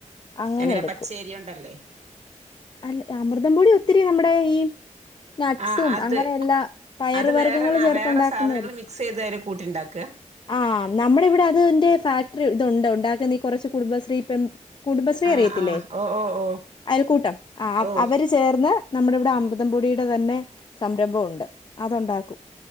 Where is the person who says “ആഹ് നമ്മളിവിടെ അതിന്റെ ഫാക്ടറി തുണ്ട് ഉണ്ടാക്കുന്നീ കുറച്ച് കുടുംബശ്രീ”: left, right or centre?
Left